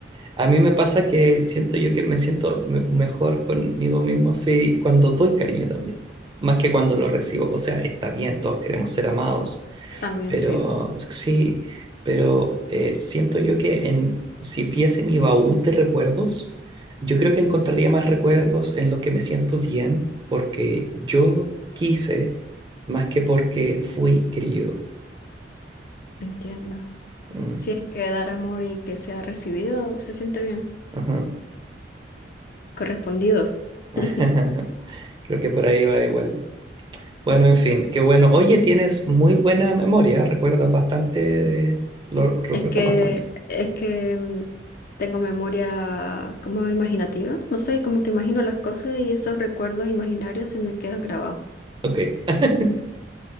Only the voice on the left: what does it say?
también
sí,
entiendo.
Si es que dar amor y que sea recibido, se siente bien,
correspondido.
<laughs>
Es que,
es que mm, tengo memoria como imaginativa, no sé, como que imagino las cosas y esos recuerdos imaginarios se me quedan grabados.